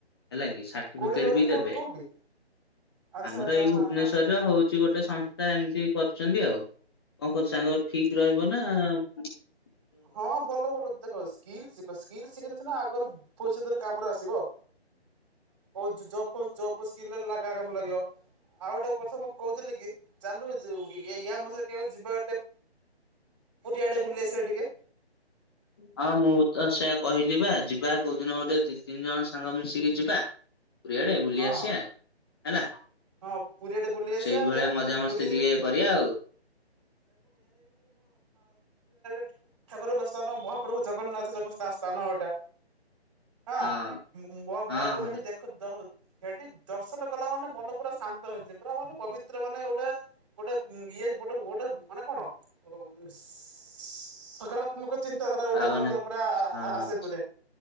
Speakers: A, on the left (about 20°); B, on the right (about 30°).
A: ହେଲା କି ସାର୍ଟିଫିକେଟ
B: କୋଉଠି କହିଲୁ
A: ବି ଦେବେ
B: କୋଉଠି କୋଉଠି ଆଚ୍ଛା
A: ଆମର
B: ଆଚ୍ଛା
A: ଏଇ ଭୁବନେଶ୍ଵରରେ
B: ହଁ ହଁ।
A: ହଉ ଛି ଗୋଟେ ସଂସ୍ଥା ଏମିତି କରୁଛନ୍ତି ଆଉ କନ୍ କହୁଚୁ ସାଙ୍ଗ ଠିକ ରହିବ ନା ଉଁ
B: ହଁ ଭଲ ଭଲ ଦେଖ ସ୍କିଲ୍ ଶିଖ ସ୍କିଲ୍ ଶିଖିନେ ସିନା ଆଗରେ ଭାବିଷତରେ କାମରେ ଆସିବ। କଉଚି ଜବ ଫପ ଜବ ସ୍କିଲ ରେ ଲାଗା <unintelligible> ଲାଗିବ ଆଉ ଗୋଟେ କଥା ମୁଁ କହୁଥିଲି କି? ଚାଲୁ ଯ ୟା ମଝିରେ କେବେ ଯିବା ଗୋଟେ ପୁରୀ ଆଡେ ବୁଲି ଆସିବା ଟିକେ
A: ହଁ ମୁଁ ତ ସେୟା କହିଲି ବା ଯିବା କୋଉ ଦିନ ଗୋଟେ ଦି ତିନି ଜଣ ସାଙ୍ଗ ମିଶିକି ଯିବା। ପୁରି ଆଡେ ବୁଲି
B: ହଁ
A: ଆସିଆ ହେଲା।
B: ହଁ ପୁରୀ ଆଡେ ବୁଲି ଆସିଆ
A: ସେଇଭଳିଆ
B: ଟେ
A: ମଜାମସ୍ତି
B: ପୁରୀ
A: ଟିକେ କରିବା ଆଉ।
B: <unintelligible> ଠାକୁରଙ୍କ ସ୍ଥାନ ମହାପ୍ରଭୁ ଜଗନ୍ନାଥ ଜ ସ୍ଥାନ ଏଟା। ହାଁ
A: ହଁ
B: ମୋ ମୋ
A: ହଁ
B: ମୋ ପୁଅ
A: ହଁ
B: ହେଟି ଦେଖି ଦେଖ ସେଠି ଦର୍ଶନ କଲା ମାନେ ମନ ପୁରା ଶାନ୍ତ ହେଇଚି ପୁରା ମାନେ ପବିତ୍ର ମାନେ ଗୋଟେ ଗୋଟେ ଇଏ ଗୋଟେ ଗୋଟେ ମାନେ କଣ? ଓ ମିସ ସ ସ ସ ସକାରାତ୍ମକ ଚିନ୍ତାଧାରା ଗୋଟେ
A: ଭାବନା
B: ମନର ପୁରା
A: ହଁ
B: ଆସେ ପୁରେ।